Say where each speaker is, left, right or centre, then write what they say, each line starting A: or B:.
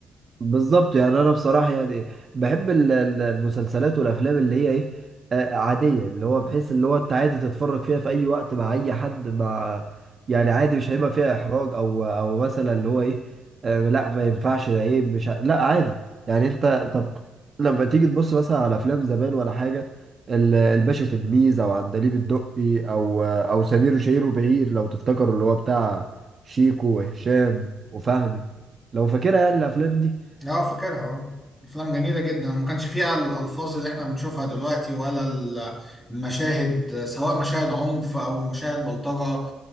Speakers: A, on the right; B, in the centre.
A: بالظبط يعني انا بصراحه يعني بحب ال- ال- المسلسلات والافلام اللي هي ايه آه، عاديه اللي هو بحيث اللي هو انت عادي تتفرج فيها في اي وقت مع اي حد مع يعني عادي مش هيبقى فيها احراج او او مثلا اللي هو ايه آه، لا ما ينفعش ده ايه مش ع- لا عادي يعني انت طب لما تيجي تبص مثلا على افلام زمان ولا حاجه ال- الباشا تلميذ او عندليب الدقي او او سمير وشهير وبهير لو تفتكروا اللي هو بتاع شيكو وهشام وفهمي لو فاكرها يعني الافلام دي
B: اه فاكرها اه افلام جميلة جدا وما كانش فيها الالفاظ اللي احنا بنشوفها دلوقتي ولا ال- المشاهد سواء مشاهد عنف او مشاهد بلطجة